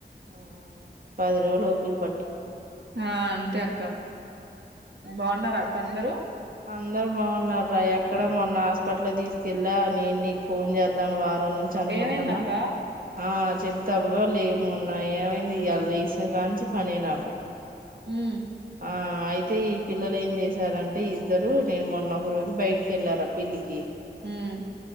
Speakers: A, on the right; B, on the right.
A: ఆ పది రోజులు ఓపిక పట్టు
B: ఆ అంతే అక్క, బావున్నారా అక్క అందరు.
A: అందరు బాగున్నారు రా, ఎక్కడ మొన్న హాస్పిటల్ దిస్కెళ్ళా, నేను నీకు ఫోన్ చేద్దాను వారం నుంచి అనుకుంటున్నా,
B: ఏమైందక్క
A: ఆ చెప్ తవ్గా లేమో ఉన్నాయి, ఏమైంది ఇయాలా లేసిన కాంనుంచి పనే నాకు.
B: ఉమ్
A: ఆ అయితే ఈ పిల్లలు ఏం చేసారంటే ఇద్దరు నేను మొన్న ఒక రోజు బయటికి ఎళ్ళారా పెళ్లికి.
B: ఉమ్